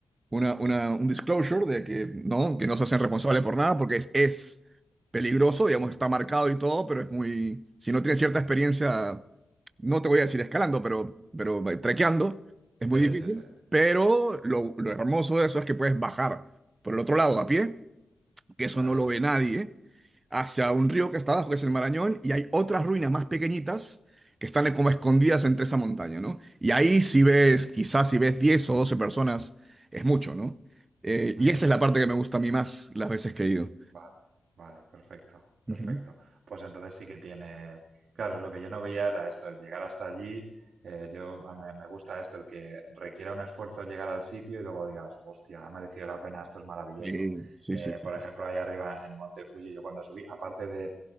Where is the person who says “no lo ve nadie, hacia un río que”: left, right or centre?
Right